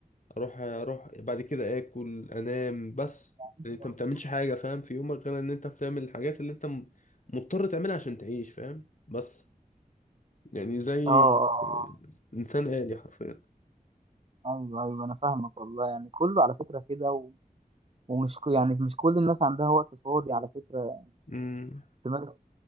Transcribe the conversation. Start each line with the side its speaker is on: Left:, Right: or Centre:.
Left: أروح أروح بعد كده آكل أنام بس
Right: اه
Left: يعني أنت ما بتعملش حاجة فاهم في يومك غير إن أنت بتعمل الحاجات اللي أنت م- مضطر تعملها عشان تعيش فاهم بس يعني زي
Right: اه آه.
Left: آه، إنسان آلي حرفيا
Right: ايوه ايوه انا فاهمك والله يعني كله على فكره كده و... ومش ك... يعني مش كل الناس عندها وقت فاضي على فكره
Left: امم
Right: تمارس